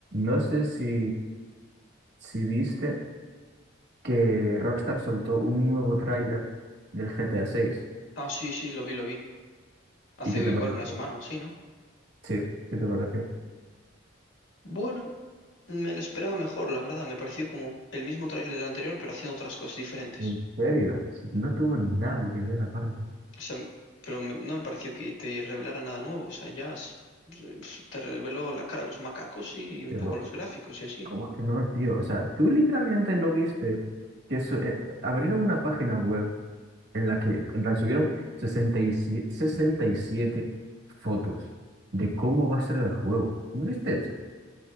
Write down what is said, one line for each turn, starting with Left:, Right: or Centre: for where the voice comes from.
Right: No sé si, si viste que Rockstar soltó un nuevo tráiler del GTA 6.
Left: Ah, sí, sí, lo vi, lo vi. Hace
Right: ¿Y qué te
Left: igual
Right: pareció?
Left: una semana o así, ¿no?
Right: Sí, ¿qué te pareció?
Left: Bueno, me lo esperaba mejor, la verdad. Me pareció como el mismo tráiler del anterior, pero haciendo otras cosas diferentes.
Right: ¿En serio? Si No tuvo nada que ver aparte.
Left: O sea, pero me- no me pareció que te revelara nada nuevo. O sea, ya s- s- te reveló la cara de los macacos y un
Right: Pero,
Left: poco los gráficos y así.
Right: ¿cómo que no, tío? O sea, tú literalmente no viste que su- eh, abrieron una página web en la que, en la que subieron sesenta sesenta y siete, sesenta y siete fotos de cómo va a ser el juego. ¿No viste eso?